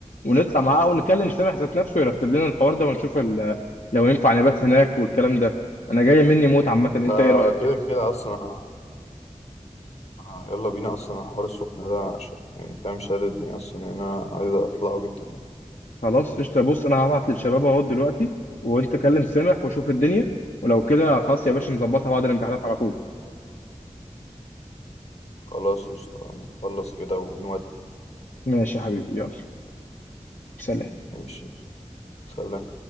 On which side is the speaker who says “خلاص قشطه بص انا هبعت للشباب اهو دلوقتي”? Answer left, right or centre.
Left